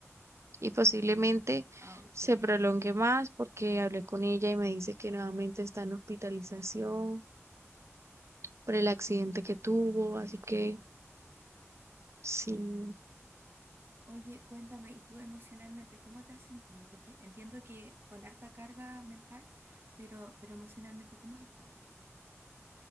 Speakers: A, on the right; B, on the right.
A: y posiblemente
B: Ah, ok,
A: se prolongue
B: entiendo,
A: más porque hablé con ella y me dice que nuevamente está en hospitalización por el accidente que tuvo,
B: entiendo.
A: así que sí,
B: Oye, cuéntame, ¿y tú emocionalmente cómo te has sentido? Porque entiendo que con harta carga mental, pero, pero emocionalmente, ¿cómo has estado?